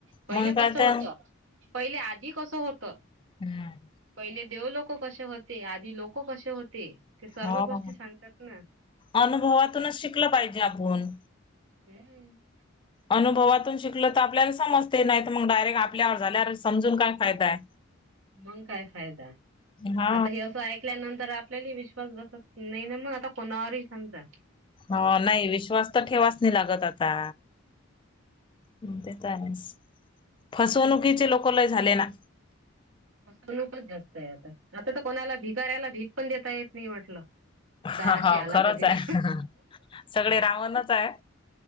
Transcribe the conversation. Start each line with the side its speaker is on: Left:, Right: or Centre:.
Right: पहिले
Left: मग काय
Right: कसं
Left: तर
Right: होत. पहिले आधी कसं होत.
Left: हम्म
Right: पहिले देव लोक कशे होते. आधी लोक कशे होते. ते सर्व
Left: हो
Right: गोष्टी सांगतात ना
Left: अनुभवातूनच शिकलं. पाहिजे आपुन.
Right: हम्म
Left: अनुभवातून शिकलं त आपल्याला समजते. नाय त मंग डायरेक्ट आपल्यावर झाल्यावर समजून काय फायदा हाय.
Right: मंग काय फायदा,
Left: हा
Right: आता हे असं ऐकल्यानंतर आपल्याही विश विश्वास बसत नाय न म आता कोणावरही समजा
Left: हो. नाही विश्वास त ठेवाच नाही लागत आता हु ते त आहेस. फसवणुकीचे लोक लय झाले ना.
Right: फसवणूकच जास्त हाय आता, आता त कोणाला भिकाऱ्याला भीक पण देता येत नाय म्हटलं दाराशी
Left: हा हा
Right: आला
Left: खरंच
Right: कधी
Left: आहे
Right: त
Left: सगळे रावणच आहे